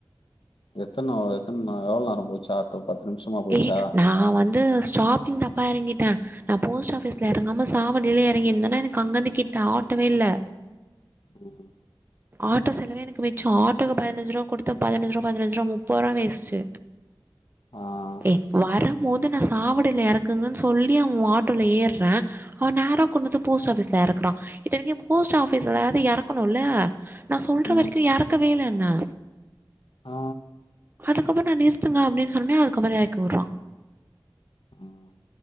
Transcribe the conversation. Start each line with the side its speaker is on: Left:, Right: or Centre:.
Left: எத்தன வ எத்தன்ன எவ்ளோ நேரம் போச்சு ஆட்டோ பத்து நிமிஷமா போச்சா
Right: ஏ நா வந்து ஸ்டாப்பிங் தப்பா எறங்கிட்டே நா போஸ்ட் ஆஃபிஸ்ல
Left: ம்
Right: எறங்காம சாவடில எறங்கிந்தேனா எனக்கு அங்கந்து கிட்ட ஆட்டோவே இல்ல
Left: ம்ஹும்
Right: ஆட்டோ செலவே எனக்கு மிச்சோ ஆட்டோக்கு பதினஞ்சுரூபா குடுத்தே பதினஞ்சுரூபா பதினஞ்சுரூபா முப்பத்ரூவா வேஸ்ட்டு
Left: ஆ
Right: ஏ வேற மோது நா சாவடில எறக்குங்கன் சொல்லி அவுங்க ஆட்டோல ஏற்றே அவ நேரா கொண்டந்து போஸ்ட் ஆஃபீஸ்ல எறக்குறா இத்தனிக்கு போஸ்ட் ஆபீஸ்ல்லாது எறக்கனுல்ல நா சொல்ற
Left: ம்
Right: வரிக்கு எரக்கவேலன்ன
Left: ஆ
Right: அதுக்கப்புற நா நிறுத்துங்க அப்டின் சொன்னே அதுக்கப்புற எறக்கி வுட்றா
Left: ம்